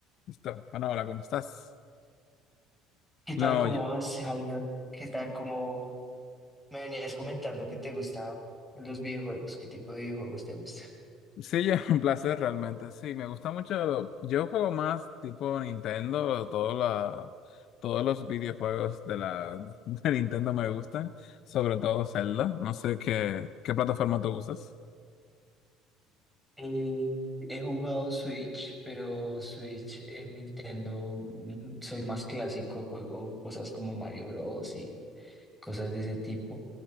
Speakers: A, on the left; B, in the centre.
A: listo Bueno, hola, ¿cómo estás?
B: ¿Qué tal?
A: No,
B: ¿Cómo
A: yo-
B: vas, Javier? ¿Qué tal? ¿Cómo me venías comentando que te gustaban los videojuegos? ¿Qué tipo de videojuegos te gusta?
A: sí, es <laughs> un placer realmente. Sí, me gusta mucho. Yo juego más tipo Nintendo, todo la- todos los videojuegos de la <laughs> de Nintendo me gustan, sobre todo Zelda. No sé qué, qué plataforma tú usas.
B: Eh, he jugado Switch, pero Switch en Nintendo mm, soy más clásico, juego cosas como Mario Bros. y cosas de ese tipo.